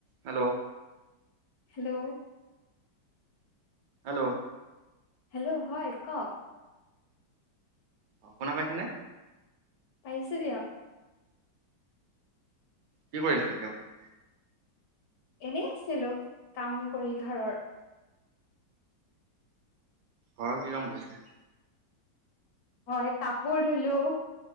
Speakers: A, on the right; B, on the left.
A: Hello
B: hello
A: hello
B: hello হয় কওক।
A: অ শুনা পাইছে নে
B: পাৰিছো দিয়ক
A: কি কৰি আছে এতিয়া আপুনি
B: এনেই আছিলো কাম কৰি ঘৰৰ
A: ঘৰৰ কি কাম কৰিছে
B: হয় কাপোৰ ধুলো